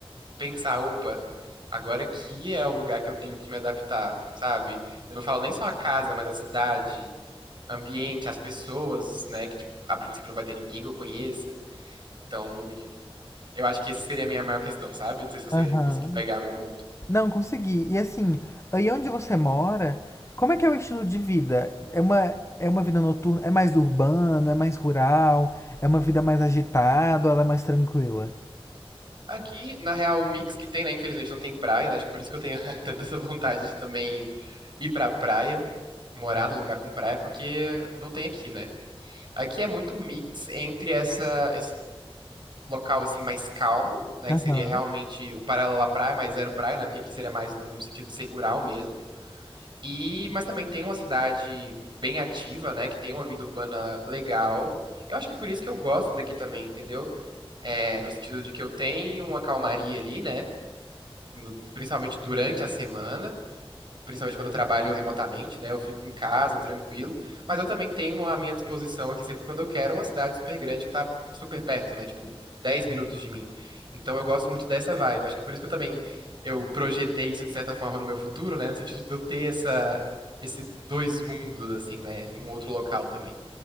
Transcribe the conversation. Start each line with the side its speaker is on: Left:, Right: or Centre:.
Right: pensar, opa, agora aqui é o lugar que eu tenho que me adaptar, sabe? Eu não falo nem só a casa, mas a cidade, ambiente, as pessoas, né? Que, tipo, a princípio não vai ter ninguém que eu conheça. Então, eu acho que essa seria a minha maior questão, sabe? Não sei se você
Left: Aham.
Right: conseguiu pegar meu ponto.
Left: Não, consegui. E assim, aí onde você mora, como é que é o estilo de vida? É uma, é uma vida noturna? É mais urbano? É mais rural? É uma vida mais agitada ou ela é mais tranquila?
Right: Aqui, na real, o mix que tem, né? Infelizmente não tem praia, né? Acho que por isso que eu tenho <laughs> tanta essa vontade de também ir pra praia, morar num lugar com praia, porque não tem aqui, né? Aqui é muito um mix entre essa, local assim mais calmo, né,
Left: Aham.
Right: que seria realmente o paralelo à praia, mas zero praia, né, porque aqui seria mais no, no sentido de ser rural mesmo. E mas também tem uma cidade bem ativa, né, que tem uma vida urbana legal. Eu acho que por isso que eu gosto daqui também, entendeu? É, no sentido de que eu tenho uma calmaria ali, né, no- principalmente durante a semana principalmente quando eu trabalho remotamente, né? Eu fico em casa, tranquilo. Mas eu também tenho à minha disposição aqui, sempre quando eu quero, uma cidade super grande que tá super perto, né? Tipo, 10 minutos de mim. Então eu gosto muito dessa vibe. Acho que por isso que eu também eu projetei isso, de certa forma, no meu futuro, né? No sentido de eu ter essa, esse dois mundos, assim, né? Em um outro local também.